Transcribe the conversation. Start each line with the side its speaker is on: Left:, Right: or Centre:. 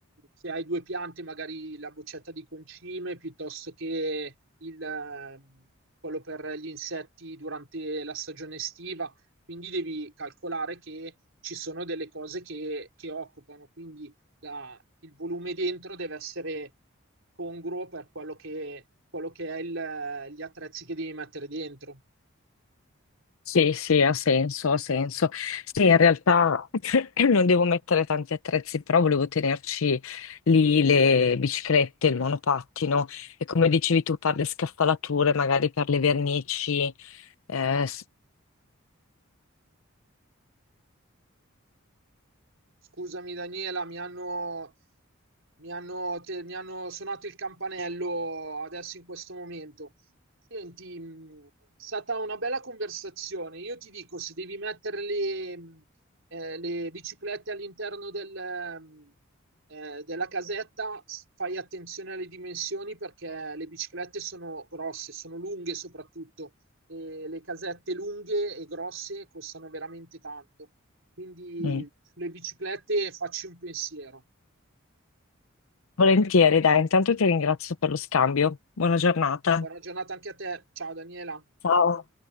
Right: se hai due piante, magari la boccetta di concime piuttosto che il, eh, quello per gli insetti durante la stagione estiva. Quindi devi calcolare che ci sono delle cose che, che occupano, quindi la- il volume dentro deve essere congruo per quello che, quello che è il- gli attrezzi che devi mettere dentro.
Left: Sì, sì, ha senso, ha senso. Sì, in realtà <clears throat> non devo mettere tanti attrezzi, però volevo tenerci lì le biciclette, il monopattino e come dicevi tu per le scaffalature, magari per le vernici. eh,
Right: Scusami Daniela, mi hanno, mi hanno, te- mi hanno suonato il campanello adesso in questo momento. Senti, mh, è stata una bella conversazione. Io ti dico, se devi mettere le, mh, eh, le biciclette all'interno del, mh, eh, della casetta, s- fai attenzione alle dimensioni perché le biciclette sono grosse, sono lunghe soprattutto, e le casette lunghe e grosse costano veramente tanto. Quindi
Left: Mm.
Right: sulle biciclette e facci un pensiero.
Left: Volentieri, dai, intanto ti ringrazio per lo scambio. Buona giornata.
Right: Buona giornata anche a te. Ciao Daniela.
Left: Ciao.